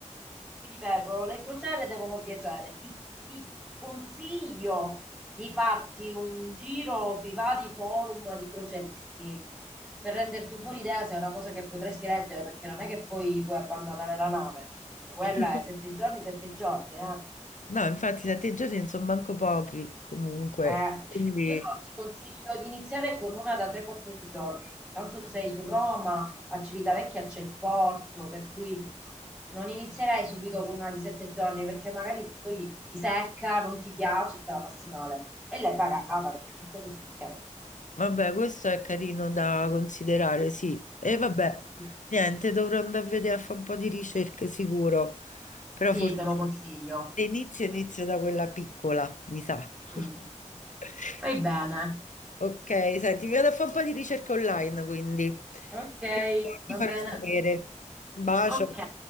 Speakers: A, in the centre; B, on the left (about 80°).
A: ti ripeto, le crociere devono piacere. Ti, ti consiglio di farti un giro sui vari forum di croceristi per renderti un po' l'idea se è una cosa che potresti leggere, perché non è che poi puoi abbandonare la nave. Cioè, quella
B: <laughs>
A: è sette giorni, sette giorni, eh.
B: No, infatti da te giorni non sono manco pochi comunque,
A: Eh,
B: quindi
A: io ti consiglio di iniziare con una da 3-4 giorni. Tanto sei su Roma, a Civitavecchia c'è il porto, per cui non inizierei subito con una di 7 giorni perché magari poi ti secca, non ti piace e te la passi male. E l'hai pagata perché comunque costicchiano.
B: vabbè, questo è carino da considerare, sì. E vabbè,
A: Sì,
B: niente, dovrò andare a vedere a fare un po' di ricerche sicuro, però
A: Sì,
B: forse
A: te lo
B: sì.
A: consiglio.
B: Se inizio inizio da quella piccola, mi sa.
A: Mm.
B: <laughs>
A: Fai bene.
B: Ok, senti, vado a fare un po' di ricerca online, quindi.
A: Ok,
B: E
A: va
B: ti farò
A: bene.
B: sapere. Un bacio.
A: Ok,